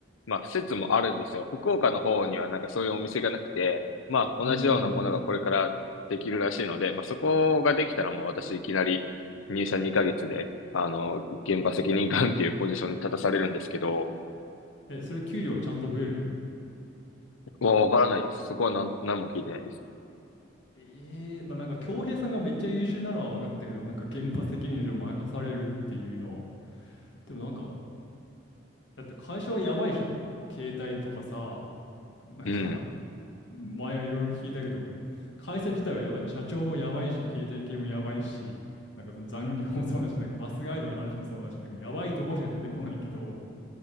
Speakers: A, on the left; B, on the left.
A: まあ、説もあるんですよ。福岡の方にはなんかそういうお店がなくて、まあ、
B: うん
A: 同じようなものがこれからできるらしいので、まあ、そこができたらもう私いきなり入社2ヶ月で、あの、現場責任官っていうポジションに立たされるんですけど、
B: うん。え、それ給料はちゃんと増えるの
A: もうわからないです。そこは何、何も聞いてないです。
B: ええまあなんか、恭平さんがめっちゃ優秀なのは分かったけど、なんか、現場責任者任されるっていうのは、でもなんか、だって会社はやばいじゃん。携帯とかさ、なんか、
A: うん。
B: 前いろいろ聞いたけど、会社自体はやばいじゃん。社長もやばいし、携帯系もやばいし、なんかその残業もそうだし、なんかバスガイドの話もそうだし、なんかやばいとこしか出てこないけど、